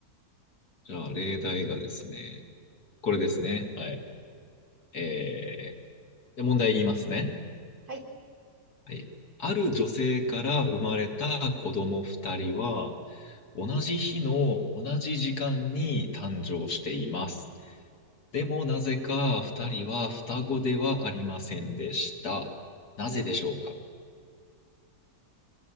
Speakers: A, on the left; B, on the right.
A: じゃあ、例題がですね、これですね。はい。えー、じゃあ問題言いますね。
B: はい。
A: はい。ある女性から生まれた子供二人は、同じ日の同じ時間に誕生しています。でもなぜか二人は双子ではありませんでした。なぜでしょうか
B: おー